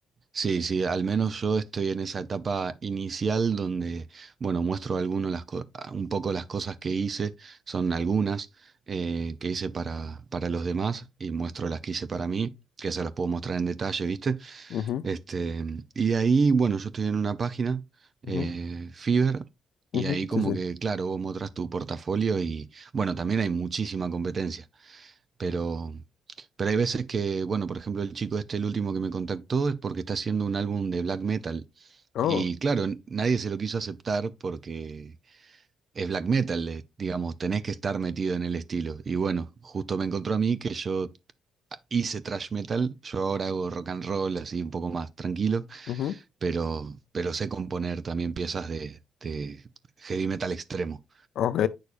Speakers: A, on the right; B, on the left.
A: Sí, sí, al menos yo estoy en esa etapa inicial donde, bueno, muestro algunos las co- ah, un poco las cosas que hice, son algunas eh, que hice para, para los demás y muestro las que hice para mí, que se las puedo mostrar en detalle, ¿viste?
B: Ujú,
A: Este, y ahí, bueno, yo estoy en una página,
B: ujú,
A: eh, Fiverr,
B: ujú,
A: y ahí como
B: sí. sí.
A: que, claro, vos mostras tu portafolio y, bueno, también hay muchísima competencia, pero, pero hay veces que, bueno, por ejemplo, el chico este, el último que me contactó, es porque está haciendo un álbum de black metal.
B: Oh,
A: Y claro, n- nadie se lo quiso aceptar porque es black metal, eh, digamos, tenés que estar metido en el estilo. Y bueno, justo me encontró a mí que yo hice thrash metal, yo ahora hago rock and roll así un poco más tranquilo
B: ujú,
A: pero, pero sé componer también piezas de, de heavy metal extremo.
B: ok.